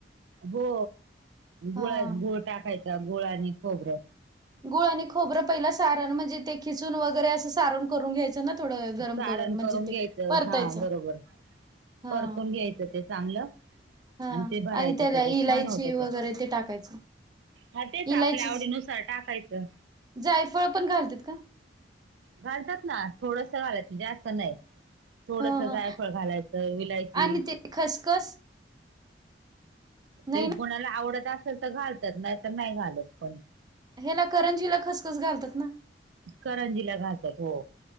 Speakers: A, on the right (about 75°); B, on the right (about 20°).
A: हो गुळ
B: हा.
A: -गुळ टाकायचा, गुळ आणि खोबरं.
B: गुळ आणि खोबरं पहिला सारण म्हणजे ते खिसून वगैरे असं सारण करून घ्यायचं त्यांना थोडं गरम
A: सारण
B: म्हणजे
A: करून
B: ते
A: घ्यायचं
B: परतायचं
A: हा बरोबर,
B: हा
A: परतून घ्यायचं ते चांगलं
B: हा
A: आणि ते भरायचं
B: त्याला
A: त्याच्यात
B: इलायची
A: छान होत
B: वगैरे
A: ते.
B: टाकायचं.
A: हा तेच
B: इलायची
A: आपल्या आवडीनुसार टाकायचं.
B: जायफळ पण घालत्यात का?
A: घालतात ना, थोडस घालायचं जास्त नाही. थोडस
B: ह ह
A: जायफळ घालायचं, विलायची
B: आणि ते खसखस? नाही
A: ते कुणाला आवडत असल तर घालतात, नाही तर नाही घालत कोण.
B: ह्याला करंजीला खसखस घालतात ना?
A: करंजीला घालतात हो.